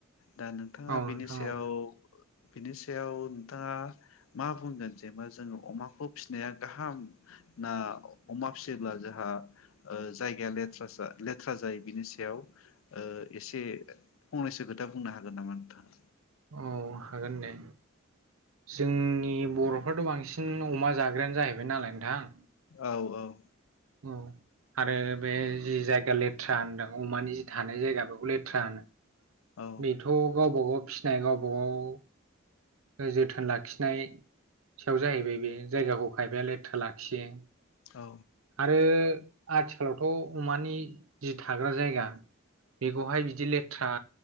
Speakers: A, on the left; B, on the right.
A: दा नोंथाङा
B: औ नोंथां
A: बिनि सायाव
B: औ
A: बिनि सायाव नोंथाङा मा बुंगोन जेनेबा जोङो अमाखौ फिसिनाया गाहाम ना अमा फिसियोब्ला जोंहा जायगायालेथ्रा लेथ्रा जायो बिनि सायाव एसे फंनैसो खोथा बुंनो हागोन नामा नोंथाङा?
B: औ हागोन दे जोंनि बर'फ्राथ' बांसिन अमा जाग्रायानो जाहैबाय नालाय नोंथां
A: औ औ
B: औ आरो बे जि जायगा लेथ्रा होनदों अमानि जि थानाय जायगा बेखौ लेथ्रा होनो
A: औ
B: बेथ' गावबा गाव फिसिनाय गावबा गाव जोथोन लाखिनाय सायाव जाहैबाय बे जायगाखौ खायफाया लेथ्रा लाखियो
A: औ
B: <inaudible> आरो आथिखालावथ' अमानि जि थाग्रा जायगा बेखौहाय बिदि ले था